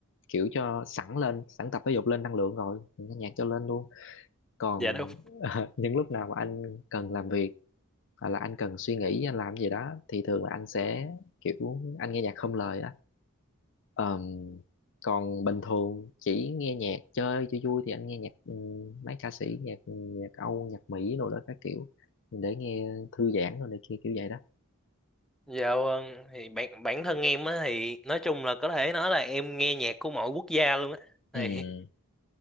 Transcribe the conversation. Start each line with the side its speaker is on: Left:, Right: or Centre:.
Left: kiểu cho sẵn lên sẵn tập thể dục lên năng lượng rồi những cái nhạc cho lên luôn còn
Centre: dạ đúng
Left: <laughs> những lúc nào mà anh cần làm việc hoặc là anh cần suy nghĩ anh làm gì đó thì thường là anh sẽ kiểu anh nghe nhạc không lời Ờm, còn bình thường chỉ nghe nhạc chơi cho vui thì anh nghe nhạc ừm, mấy ca sĩ nhạc nhạc Âu nhạc Mỹ rồi đó các kiểu để nghe thư giãn rồi này kia kiểu vậy đó
Centre: dạ vâng thì bản bản thân em á thì nói chung là có thể nói là em nghe nhạc của mọi quốc gia luôn á
Left: ừ
Centre: thì